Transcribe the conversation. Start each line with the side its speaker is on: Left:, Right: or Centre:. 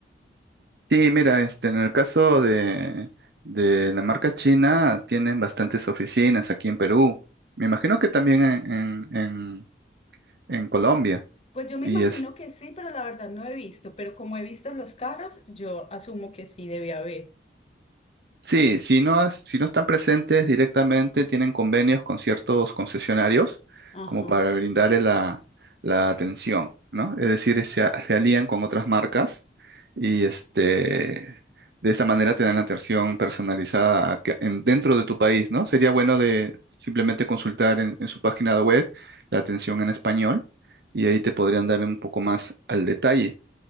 Right: Sí, mira, este, en el caso de, de la marca china, tienen bastantes oficinas aquí en Perú. Me imagino que también en, en, en- en Colombia.
Left: Pues yo me
Right: Y
Left: imagino que sí, pero la verdad no he visto. Pero como he visto los carros, yo asumo que sí debe haber.
Right: Sí, si no, has- si no están presentes directamente, tienen convenios con ciertos concesionarios
Left: Ajá.
Right: como para brindarle la, la atención, ¿no? Es decir, se, a- se alían con otras marcas y este, de esa manera te dan la atención personalizada a que- en- dentro de tu país, ¿no? Sería bueno de simplemente consultar en, en su página web la atención en español y ahí te podrían dar un poco más al detalle.